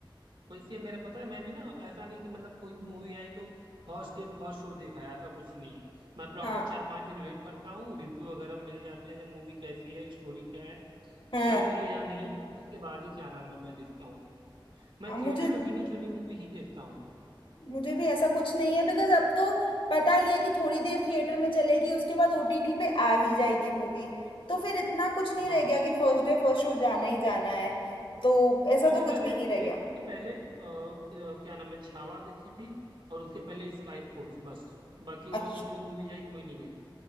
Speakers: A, on the right; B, on the left.
A: वैसे मेरा पता है मैं भी ना ऐसा नहीं कि मतलब कोई भी मूवी आई तो फर्स्ट डे फर्स्ट शो देखा है, ऐसा कुछ नहीं है मैं प्रॉपर
B: हाँ
A: चार पांच दिन वेट करता हूँ रिव्यू वगैरह मिल जाते हैं जब मूवी कैसी है स्टोरी क्या है
B: हाँ
A: चल रही है या नहीं उसके बाद ही क्या नाम है मैं देखता हूँ मैं
B: अब मुझे
A: थिएटर में गिनी चुनी मूवी ही देखता हूँ
B: मुझे भी ऐसा कुछ नहीं है बिकॉज अब तो पता ही है कि थोड़ी देर थिएटर में चलेगी उसके बाद ओटीटी पे आ ही जाएगी मूवी तो फिर इतना कुछ नहीं
A: हाँ
B: रह गया कि फर्स्ट डे फर्स्ट शो जाना ही जाना है तो ऐसा
A: मैंने
B: तो
A: ना
B: कुछ
A: रेड
B: भी नहीं रह
A: रेड
B: गया
A: टू के पहले अ, अ, क्या नाम है छावा देखी थी और उसके पहले स्काई फोर्स बस बाकी
B: अच्छा
A: और इतनी मूवीज आई कोई नहीं देखी